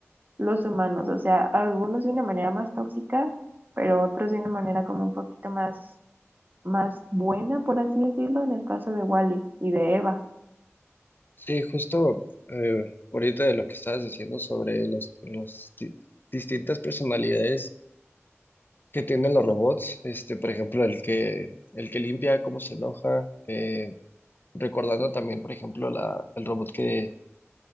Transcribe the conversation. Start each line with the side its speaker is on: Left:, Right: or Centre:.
Right: los humanos. O sea, algunos de una manera más tóxica, pero otros de una manera como un poquito más más buena, por así decirlo, en el caso de Wally y de Eva.
Left: Sí, justo eh, ahorita de lo que estabas diciendo sobre las, las di- distintas personalidades que tienen los robots, este, por ejemplo, el que, el que limpia, cómo se enoja, eh, recordando también, por ejemplo, la, el robot que,